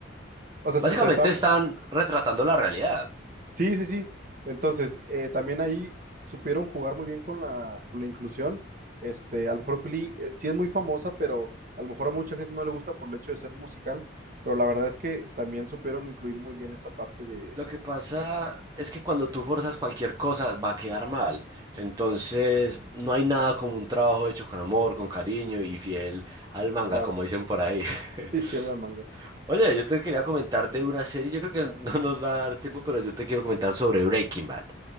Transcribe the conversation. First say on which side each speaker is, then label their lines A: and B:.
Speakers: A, on the right; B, on the right.
A: o sea,
B: Básicamente
A: se- está, está-
B: están retratando la realidad.
A: sí, sí, sí. Entonces, eh, también ahí supieron jugar muy bien con la, con la inclusión. Este, a lo mejor Glee, eh, sí es muy famosa, pero a lo mejor a mucha gente no le gusta por el hecho de ser musical, pero la verdad es que también supieron incluir muy bien esa parte de,
B: Lo que pasa es que cuando tú forzas cualquier cosa va a quedar mal. Entonces, no hay nada como un trabajo hecho con amor, con cariño y fiel al manga,
A: claro,
B: como dicen por ahí. <laughs>
A: <laughs> y fiel al manga.
B: Oye, yo te quería comentar de una serie, yo creo que <laughs> no nos va a dar tiempo, pero yo te quiero comentar sobre Breaking Bad.